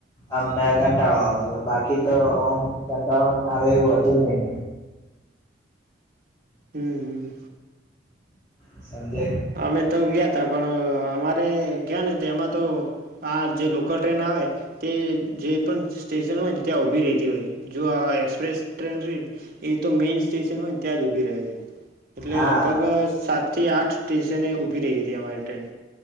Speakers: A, on the left (about 20°); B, on the right (about 50°).
A: અમને કંટાળો આવતો બાકી તો ઓમ કંટાળોન આવે એવું હતું નઈ.
B: હમ હમ.
A: સંજય
B: અમે તો ગ્યાતા પણ અ અમારે ગ્યાને તો એમાં તો આ જે લોકલ ટ્રેન આવે તે જે પણ. સ્ટેશન હોય ને ત્યાં ઊભી રહેતી હોય જો આ એક્સપ્રેસ ટ્રેન રે એ તો મેઈન સ્ટેશન હોય. ત્યાં જ ઉભી રહે છે એટલે
A: હા
B: લગભગ અ સાત થી આઠ સ્ટેશને ઊભી રહી હતી અમારી ટ્રેન